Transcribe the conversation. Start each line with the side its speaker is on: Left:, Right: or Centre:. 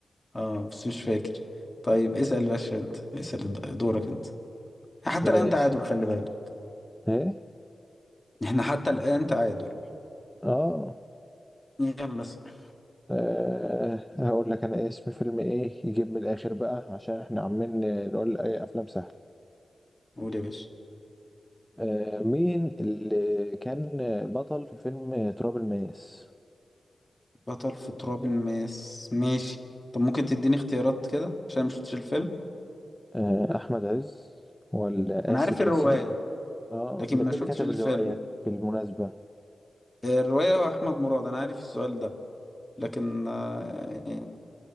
Left: اه بس مش فاكر طيب اسأل باشا انت اسأل د- دورك انت حتى
Centre: ماشي
Left: الآن تعادل خلي بالك
Centre: ايه
Left: احنا حتى الآن تعادل
Centre: اه
Left: يلا اسأل.
Centre: آه، هقول لك انا اسم فيلم ايه يجيب من الاخر بقى عشان احنا عمالين نقول اي افلام سهلة
Left: قول يا باشا
Centre: آه مين اللي كان بطل في فيلم تراب الماس
Left: بطل في تراب الماس ماشي طب ممكن تديني اختيارات كده عشان ما شفتش الفيلم
Centre: آه، أحمد عز ولا
Left: انا
Centre: آسر
Left: عارف
Centre: ياسين
Left: الرواية
Centre: اه
Left: لكن
Centre: ده
Left: ما
Centre: مين
Left: شفتش
Centre: اللي كتب
Left: الفيلم
Centre: الرواية بالمناسبة
Left: الرواية هو احمد مراد انا عارف السؤال ده لكن آه،